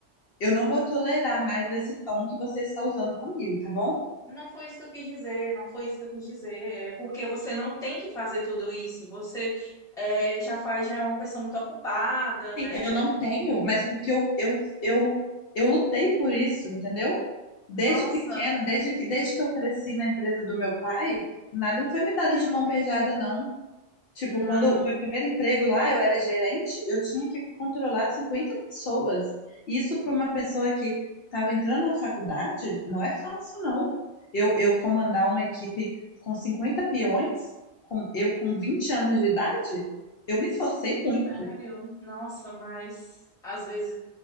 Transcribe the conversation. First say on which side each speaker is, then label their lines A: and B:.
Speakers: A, on the left; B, in the centre.
A: eu não vou tolerar mais esse tom que você está usando comigo, tá bom?
B: Não foi isso que eu quis dizer, não foi isso que eu quis dizer. É porque você não tem que fazer tudo isso. Você é, já faz, já é uma pessoa muito ocupada, né?
A: Sim, eu não tenho, mas porque eu, eu, eu, eu lutei por isso, entendeu? Desde
B: Nossa,
A: pequena, desde que, desde que eu cresci na empresa do meu pai, nada foi me dado
B: hum,
A: de mão beijada, não. Tipo,
B: não,
A: quando o meu primeiro emprego lá, eu era gerente, eu tinha que controlar 50 pessoas. Isso para uma pessoa que estava entrando na faculdade, não é fácil, não. Eu, eu comandar uma equipe com 50 peões, com, eu com 20 anos de idade, eu me esforcei muito.
B: sério. Nossa, mas às vezes